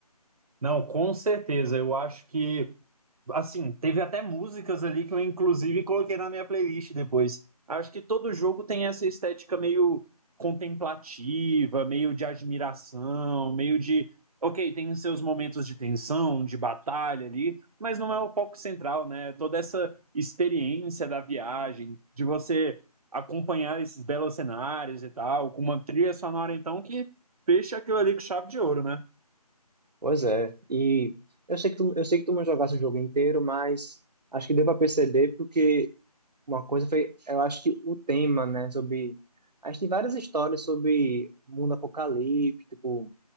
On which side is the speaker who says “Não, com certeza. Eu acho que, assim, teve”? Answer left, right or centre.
Right